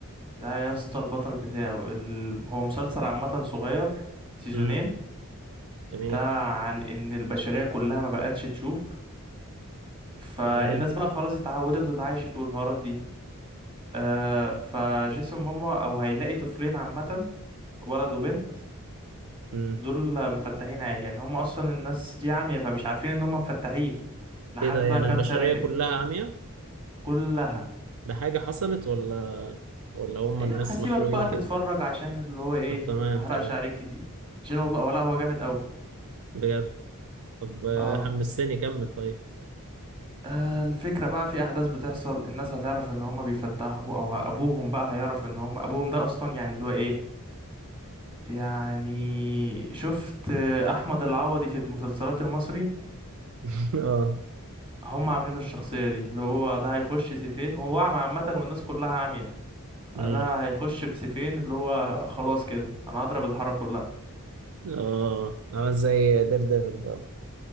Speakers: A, on the right (about 20°); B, on the right (about 65°).
A: لا يا اسطى البطل بتاعه ال... هو مسلسل عامة صغير سيزونين
B: امم جميل
A: ده عن ان البشرية كلها ما بقتش تشوف فالناس
B: تمام
A: بقى خلاص اتعودت واتعايشت والحوارات دي آه فجيسون ماما او هيلاقي طفلين عامة ولد وبنت
B: امم
A: دول مفتحين عادي يعني هم اصلا الناس دي عمية فمش عارفين ان هم مفتحين لحد
B: ايه ده يعني
A: بقى كام
B: البشريه
A: سنة كده
B: كلها عمياء
A: كلها
B: ده حاجه حصلت ولا ولا هم
A: يعني
B: الناس
A: هسيبك
B: مخلوقين
A: بقى تتفرج
B: كده
A: عشان اللي هو ايه
B: طب تمام
A: ما احرقش
B: تمام
A: عليك كتير عشان والله ولا هو جامد قوي
B: بجد طب آه،
A: اه
B: حمستني كمل طيب
A: آه، الفكرة بقى في أحداث بتحصل الناس هتعرف إن هما بيفتحوا أو أبوهم بقى هيعرف إن هما أبوهم ده أصلا يعني اللي هو إيه يعني شفت آه، أحمد العوضي في المسلسلات المصري
B: <laughs> اه
A: هما عاملين الشخصية دي اللي هو ده هيخش سيفين هو أعمى عامة والناس كلها عامية
B: امم
A: ده هيخش بسيفين اللي هو خلاص كده أنا هضرب الحارة كلها
B: اه عمل زي دير ديفل بقى